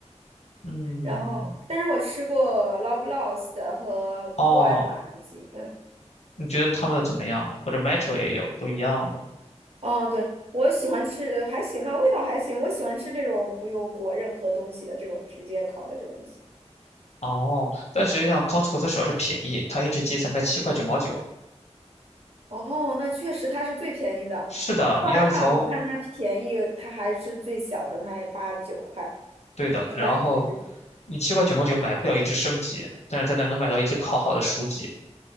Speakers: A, on the left; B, on the right.
A: 嗯，
B: 然后，但是我吃过 l o v e l o w s 的和沃尔玛的鸡，
A: 哦，
B: 嗯，
A: 你觉得他们的怎么样？或者 Metro 也有，都一样的。
B: 哦，对，我喜欢吃，还行吧，味道还行。我喜欢吃这种不用裹任何东西的这种直接烤的这种鸡。
A: 哦，但实际上 Costco 它主要是便宜，它一只鸡才卖七块九毛九。
B: 哦，那确实它是最便宜的。
A: 是的，
B: 沃尔玛我看它便宜，
A: 你要是从，
B: 它还是最小的卖八九块，
A: 对的，
B: 一般都是十几。
A: 然后你七块九毛九买不了一只生鸡，但是在那儿能买到一只烤好的熟鸡，